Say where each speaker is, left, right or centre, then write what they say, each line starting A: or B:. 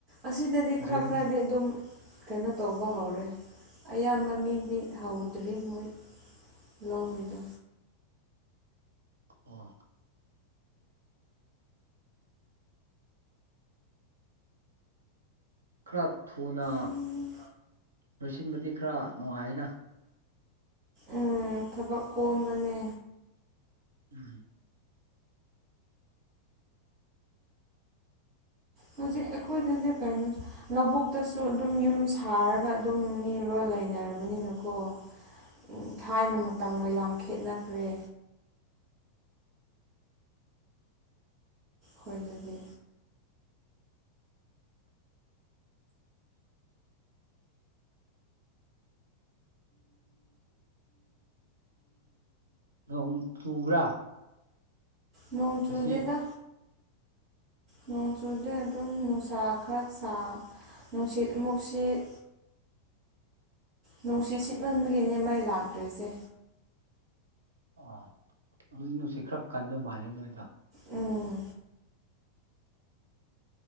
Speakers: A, on the right (about 35°); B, on the right (about 70°).
A: ꯑꯁꯤꯗꯗꯤ ꯈꯔ
B: ꯖꯨꯟ
A: ꯈꯔꯗꯤ ꯑꯗꯨꯝ ꯀꯩꯅꯣ ꯇꯧꯕ ꯍꯧꯔꯦ ꯑꯌꯥꯝꯕ ꯃꯤꯗꯤ ꯍꯧꯗ꯭ꯔꯤ ꯃꯣꯏ ꯂꯧꯔꯤꯗꯣ
B: ꯑꯣ ꯈꯔ ꯊꯨꯅ
A: ꯎꯝ
B: ꯂꯣꯏꯁꯤꯟꯕꯗꯤ ꯈꯔ ꯅꯨꯡꯉꯥꯏꯅ
A: ꯎꯝ ꯊꯕꯛ ꯀꯣꯝꯕꯅꯦ
B: ꯎꯝ
A: ꯍꯧꯖꯤꯛ ꯑꯩ ꯈꯣꯏꯗꯗꯤ ꯀꯩꯅꯣꯁꯨ ꯂꯧꯕꯨꯛꯇꯁꯨ ꯑꯗꯨꯝ ꯌꯨꯝ ꯁꯥꯔꯒ ꯑꯗꯨꯝ ꯃꯤ ꯂꯣꯏ ꯂꯩꯅꯔꯕꯅꯤꯅꯀꯣ ꯎꯝ ꯊꯥꯏꯅ ꯃꯇꯝꯒ ꯌꯥꯝ ꯈꯦꯠꯅꯈ꯭ꯔꯦ ꯈꯣꯏꯗꯗꯤ
B: ꯅꯣꯡ ꯆꯨꯕ꯭ꯔꯥ
A: ꯅꯣꯡ ꯆꯨꯗꯦꯗ
B: ꯉꯁꯤ
A: ꯅꯣꯡꯆꯨꯗꯦ ꯑꯗꯨꯝ ꯅꯨꯡꯁꯥ ꯈꯔ ꯁꯥ ꯅꯨꯡꯁꯤꯠꯃꯨꯛ ꯁꯤꯠ ꯅꯨꯡꯁꯤꯠ
B: ꯑꯥ
A: ꯁꯤꯠꯃꯟꯕꯒꯤꯅꯦ ꯃꯩ ꯂꯥꯛꯇ꯭ꯔꯤꯁꯦ
B: ꯑꯥ ꯑꯗꯨ ꯅꯨꯡꯁꯤꯠ ꯈꯔ ꯀꯟꯕ ꯃꯥꯜꯂꯦ ꯅꯣꯏꯗꯣ
A: ꯎꯝ